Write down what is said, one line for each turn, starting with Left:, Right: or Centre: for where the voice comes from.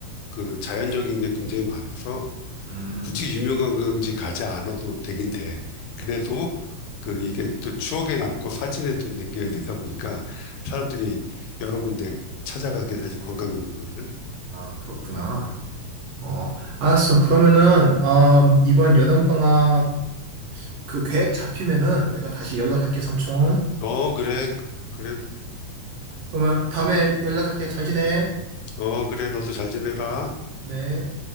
Left: 그 자연적인 게 굉장히 많아서
Right: 음,
Left: 굳이 유명한 관광지 가지 않아도 되긴 돼. 그래도 그 이게 또 추억에 남고 사진에 또 남겨야 되다 보니까 사람들이 여러 군데 찾아가긴 하지, 관광 명소를.
Right: 아, 그렇구나.
Left: 음.
Right: 어, 알았어. 그러면은, 음, 이번 여름방학 그 계획 잡히면은 내가 다시 연락할게, 삼촌.
Left: 어, 그래. 그래.
Right: 그러면 다음에 연락할게. 잘 지내.
Left: 어, 그래. 너도 잘 지내라.
Right: 네.